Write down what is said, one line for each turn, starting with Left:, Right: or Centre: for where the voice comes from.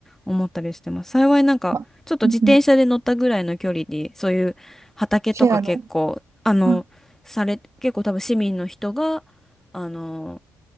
Centre: 思ったりしてます。幸いなんか、
Right: ま、
Centre: ちょっと自転車で乗ったぐらいの距離で、
Right: うんうん
Centre: そういう畑とか結構、
Right: シェアの。
Centre: あの、
Right: あ
Centre: され、結構多分市民の人が、あの、